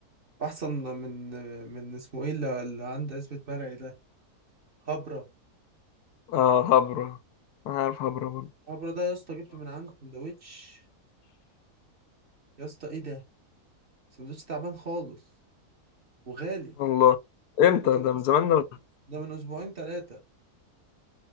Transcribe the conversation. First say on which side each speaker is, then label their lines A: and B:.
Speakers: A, on the right (about 40°); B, on the left (about 80°).
A: أحسن من من اسمه إيه اللي اللي عنده اسمه مرعي ده هبرة
B: آه هبرة انا عارف هبرة برضه
A: عبرة ده يا اسطى جبته من عنده سندوتش يا اسطى ايه ده سندوتش تعبان خالص وغالي
B: سبحان الله امتى
A: بطاطس
B: ده من زمان ده
A: ده من اسبوعين ثلاثة